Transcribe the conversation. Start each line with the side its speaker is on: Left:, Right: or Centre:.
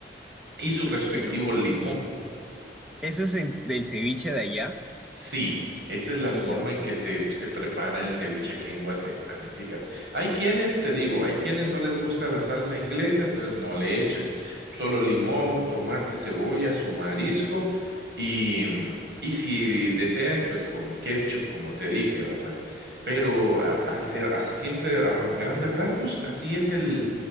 Right: y su respectivo
Centre: pero
Right: limón.
Centre: ¿qué? Eso es en- del ceviche de allá.
Right: Sí, esa es la
Centre: Qué
Right: forma
Centre: loco.
Right: en que se, se prepara el ceviche aquí en Guatemala, fíjate. Hay quienes, te digo, hay quienes no les gusta la salsa inglesa, entonces no le echan solo limón, tomate, cebolla, su marisco y, mm, y si desean, pues con ketchup, como te dije, ¿verdad? Pero a- a- a- siempre a grandes rasgos, así es el,